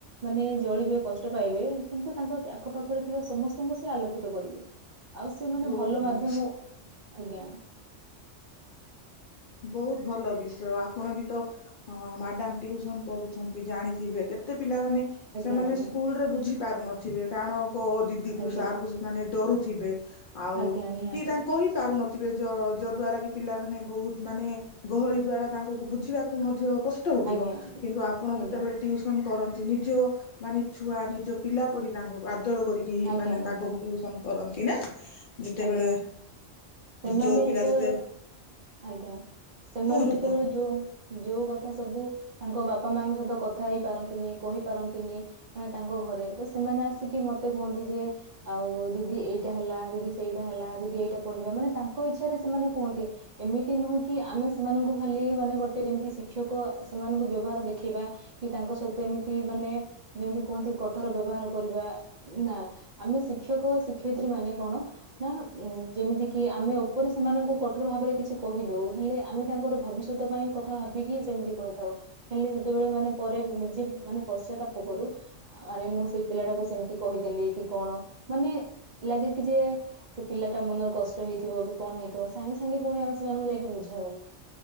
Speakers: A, on the right; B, on the left.
A: ମାନେ ଜଳିବେ କଷ୍ଟ ପାଇବେ କିନ୍ତୁ ତାଙ୍କ ଆଖପାଖରେ ଥିବା ସମସ୍ତଙ୍କୁ ସେ ଆଲୋକିତ କରିବେ।
B: <inaudible>
A: ଆଉ ସେମାନେ
B: ବହୁତ
A: ଭଲ ମାଧ୍ୟମ
B: ବହୁତ
A: ଆଜ୍ଞା।
B: ବହୁତ ଭଲ ବିଷୟ ଆପଣ ବି ତ ମ୍ୟାଡାମ ଟିଉସନ କରୁଛନ୍ତି ଜାଣିଥିବେ କେତେ ତେ ପିଲାମାନେ
A: ଆଜ୍ଞା
B: ସେମାନେ
A: ଆଜ୍ଞା
B: ସ୍କୁଲ ରେ ବୁଝି ପାରୁନଥିବେ କାରଣ କୋ ଦିଦି
A: ଆଜ୍ଞା
B: କୁ ସାର୍ କୁ ମାନେ ଡରୁଥିବେ ଆଉ
A: ଆଜ୍ଞା ନିହାତି
B: କି ତାଙ୍କ କହିପାରୁନଥିବେ ଯ ଯ ଦ୍ଵାରା କି ପିଲାମାନେ ବହୁତ ମାନେ ଗହଳି ଦ୍ଵାରା ତାଙ୍କୁକୁ ବୁଝିବାକୁ ମଧ୍ୟ କଷ୍ଟ ହଉଥିବ
A: ଆଜ୍ଞା ଆଜ୍ଞା
B: କିନ୍ତୁ ଆପଣ ଯେତେବେଳେ
A: ଆଜ୍ଞା
B: ଟୁସନ କରନ୍ତି ନିଜ ମାନେ ଛୁଆ ନିଜ ପିଲା ପରି ତାଙ୍କୁ ଆଦର କରି କି
A: ଆଜ୍ଞା
B: ମାନେ
A: ଆଜ୍ଞା
B: ତାଙ୍କ ଟ୍ୟୁସନ କରନ୍ତି ନା ଯେତେବେଳେ
A: ଆଜ୍ଞା ସେମାନେ
B: ଯୋଉ ପିଲା
A: ଯେତେବେଳେ
B: ଯେତେ
A: ଆଜ୍ଞା ସେମାନେ
B: କୁହନ୍ତୁ
A: ଯେତେବେଳେ
B: କୁହନ୍ତୁ।
A: ଯୋଉ ଯୋଉ କଥା ସବୁ ତାଙ୍କ ବାପା ମାଙ୍କ ସହିତ କଥା ହେଇପାରନ୍ତି ତିନି କହିପାରନ୍ତିନି ମାନେ ତାଙ୍କ ଘରେ ତ ସେମାନେ ଆସିକି ମତେ କୁହନ୍ତି ଯେ ଆଉ ଦିଦି ଏଇଟା ହେଲା ଦିଦି ସେଇଟା ହେଲା ଦିଦି ଏଇଟା ପଢିବା ମାନେ ତାଙ୍କ ଇଚ୍ଛାରେ ସେମାନେ କୁହନ୍ତି। ଏମିତି ନୁହେଁ କି ଆମେ ସେମାନଙ୍କୁ ଖାଲି ମାନେ ଗୋଟେ ଯେମିତି ଶିକ୍ଷକ ସେମାନଙ୍କୁ ବ୍ୟବହାର ଦେଖେଇବା କି ତାଙ୍କ ସହିତ ଏମିତି ମାନେ ଯେମିତି କୁହନ୍ତି କଠୋର ବ୍ୟବହାର କରିବା ନା ଆମେ ଶିକ୍ଷକ ଶିକ୍ଷୟିତ୍ରୀ ମାନେ କଣ ନା ଯେମିତି କି ଆମେ ଉପରେ ସେମାନଙ୍କୁ କଠୋର ଭାବରେ କିଛି କହିଦଉ ହେଲେ ଆମେ ତାଙ୍କର ଭବିଷ୍ୟତ ପାଇଁ କଥା ଭାବିକି ସେମିତି କହିଥାଉ ହେଲେ ଯେତେବେଳେ ମାନେ ପରେ ନିଜେ ମାନେ ପଚ୍ୟାତାପ କରୁ ଆରେ ମୁଁ ସେଇ ପିଲା ଟାକୁ ସେମିତି କହିଦେଲି କି କଣ ମାନେ ଲାଗେ କି ଯେ ସେ ପିଲା ଟା ମନରେ କଷ୍ଟ ହେଇଥିବ କି କଣ ହେଇଥିବ ସାଙ୍ଗେ ସାଙ୍ଗେ ପୁଣି ଆମେ ସେମାନଙ୍କୁ ଯାଇକି ବୁଝାଉ।